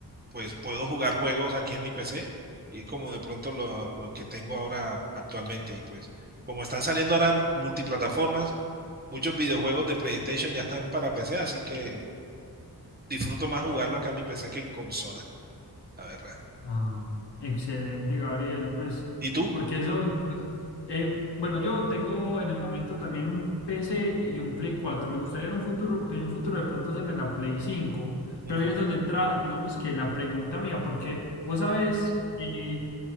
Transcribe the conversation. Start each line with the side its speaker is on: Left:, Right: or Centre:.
Right: pues puedo jugar juegos aquí en mi PC. Y es como de pronto lo, lo que tengo ahora actualmente. Y pues como están saliendo ahora multiplataformas, muchos videojuegos de PlayStation ya están para PC, así que disfruto más jugarlo acá en mi PC que en consola. la verdad.
Left: Ah, excelente, Gabriel. Pues,
Right: ¿Y tú?
Left: porque eso, incluso- eh, bueno, yo tengo en el momento también un PC y un Play 4. Me gustaría en un futuro, en un futuro de pronto hacerme la Play cinco.
Right: Ujú,
Left: Pero ahí es donde entra, digamos que la pregunta mía, porque vos sabes que,